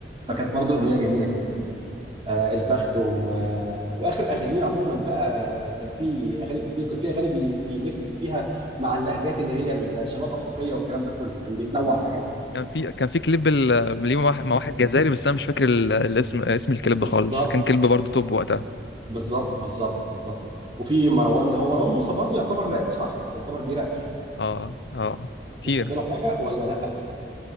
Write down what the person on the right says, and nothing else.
فكانت برضو اغنيه جميله جدا آه، البخت و...
آه، واخر اغانيه عموما بقى كان في اغاني كتير وكان في اغاني بي... بيميكس فيها مع اللهجات اللي هي الشمال افريقيه والكلام ده كله كان بيتنوع في حاجات كتير
بالظبط
بالظبط بالظبط بالظبط وفي مروان هو مروان موسى برضو يعتبر راب صح؟ يعتبر بيراب يعني
بتحب
له حاجه ولا لا؟